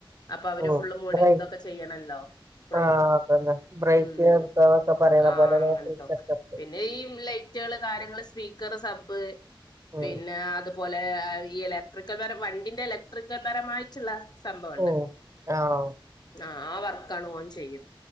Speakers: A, on the left; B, on the right.
A: അപ്പോ അവര്
B: ഓഹ്
A: ഫുള്ള് മോടി
B: ബ്രേക്ക്
A: ഇതൊക്കെ ചെയ്യണോല്ലോ ഫുള്ളും
B: ആഹ് അതന്നെ ബ്രേക്ക്
A: ഉം
B: നിർത്താന്നൊക്കെ പറയണ
A: ആ
B: പോലെ നേ
A: അങ്ങനത്തൊക്കെ
B: ഫുൾ ചെക്കപ്പ്
A: പിന്നെ ഈ ഉള്ള റ്റ്ലെള് കാര്യങ്ങള് സ്പീക്കറ് സബ്ബ്
B: ഉം
A: പിന്നെ അതുപോ ലെ ഈ ഇലക്ട്രിക്കൽ പരം വണ്ടിന്റെ ഇലക്ട്രിക്കൽ പരമായിട്ടുള്ള സംഭവം ഉണ്ടല്ലോ
B: ഓഹ് ആഹ്
A: ആ ആ വർക്കാണ് ഓൻ ചെയ്യു